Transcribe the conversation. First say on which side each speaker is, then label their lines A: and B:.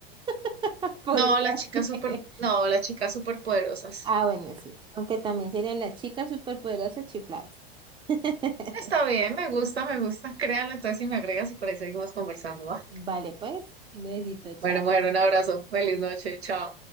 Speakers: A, on the right; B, on the right.
A: <laughs> Podría
B: No, las chicas
A: ser.
B: súper, no, las chicas súper poderosas.
A: Ah, bueno, sí. Aunque también serían las chicas superpoderosas chifladas. <laughs>
B: Está bien, me gusta, me gusta. Créalo entonces y me agregas y por ahí seguimos conversando, ¿va?
A: Vale, pues. Un besito, chao.
B: Bueno, mujer, un abrazo. Feliz noche. Chao.